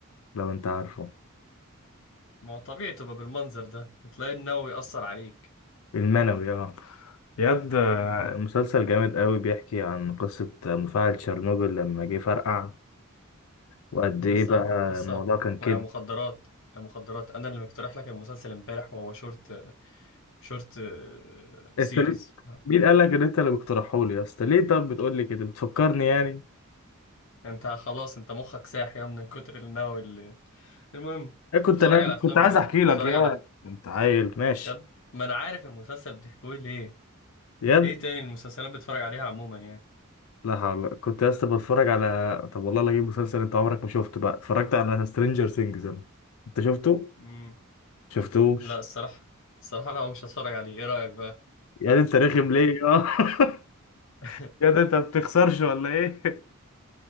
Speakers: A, on the left (about 75°); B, on the left (about 60°).
A: لو انت عارفه
B: ما هو طبيعي تبقى بالمنظر ده تلاقي النووي يأثر عليك
A: المنوي اه ياد
B: امم
A: مسلسل جامد قوي بيحكي عن قصة مفاعل تشيرنوبل لما جه فرقع وقد ايه
B: يسا
A: بقى
B: يسا
A: الموضوع كان كده
B: ويا مخدرات يا مخدرات انا اللي مقترح لك المسلسل امبارح وهو شورت شورت سيريز
A: انت ليه- مين قال لك ان انت اللي بتقترحه لي يا اسطى ليه طب بتقول لي كده بتفكرني يعني
B: انت خلاص انت مخك ساح يا من كتر النووي اللي المهم
A: إيه كنت
B: اتفرج
A: انا
B: على افلام
A: كنت عايز
B: اتفرج
A: احكي لك يا
B: على
A: انت عيل ماشي
B: بجد ما انا عارف المسلسل بتحكوه ليه
A: بجد
B: ايه تاني المسلسلات بتتفرج عليها عموما يعني
A: لا حول كنت يا اسطى بتفرج على طب والله لا اجيب مسلسل انت عمرك ما شفته بقى اتفرجت على سترينجر ثينجز انا انت شفته
B: امم
A: شفتوش
B: لا الصراحه الصراحه لا مش هتفرج عليه ايه رايك بقى
A: يا ده انت رخم ليه اه <laughs>
B: <laughs>
A: يا ده انت ما بتخسرش ولا ايه <laughs>